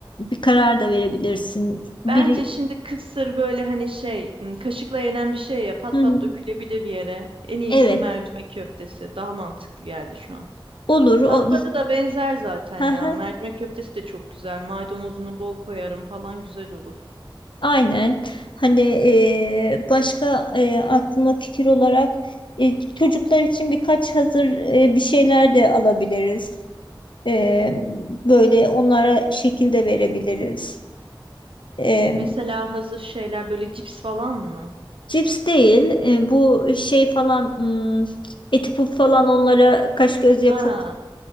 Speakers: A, on the left (about 65°); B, on the right (about 85°).
A: bir karar da verebilirsin. Biri
B: Bence şimdi kısır böyle hani şey, m, kaşıkla yenen bir şey ya, pat
A: Hı hı.
B: pat dökülebilir yere. En iyisi
A: evet
B: mercimek köftesi. Daha mantıklı geldi şu an.
A: olur o
B: Tatları da benzer zaten ya.
A: Hı hı,
B: Mercimek köftesi de çok güzel. Maydanozunu bol koyarım falan güzel olur.
A: aynen hani e, başka e, aklıma fikir olarak e, çocuklar için birkaç hazır e, bir şeyler de alabiliriz. E, böyle onlara şekil de verebiliriz. E,
B: Mesela hazır şeyler böyle cips falan mı?
A: cips değil e, bu şey falan hmm, eti puf falan onlara kaş göz
B: Ha,
A: yapıp